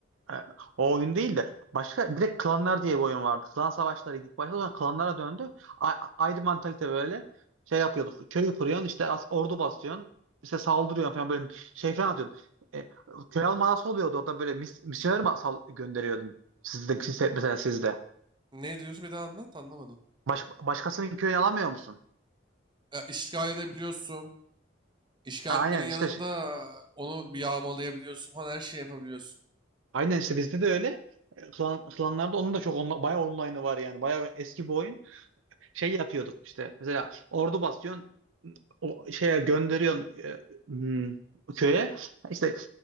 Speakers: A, on the right; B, on the right.
A: E, O oyun değil de başka direkt klanlar diye bir oyun vardı. Klan savaşlarıydı ilk başta sonra klanlara döndü. A- ayrı mantalite böyle şey yapıyorduk. Köyü kuruyorsun işte as- ordu basıyorsun. İşte saldırıyorsun falan böyle şey falan atıyordun. E, köy almanası oluyordu orada böyle mis misyoner mi sal- gönderiyordun? Sizde, sizde, mesela sizde.
B: Ne diyorsun bir daha anlat anlamadım.
A: Baş- başkasının köyünü alamıyor musun?
B: Ya, işgal edebiliyorsun. İşgal
A: Ha,
B: etmenin
A: aynen
B: yanında
A: işte şey-
B: onu bir yağmalayabiliyorsun falan her şeyi yapabiliyorsun.
A: aynen işte bizde de öyle. E, Klan, klanlarda onun da çok onla- bayağı online'ı var yani. Bayağı eski bir oyun. şey yapıyorduk işte mesela ordu basıyorsun o şeye gönderiyorsun e, hmm, köye işte e,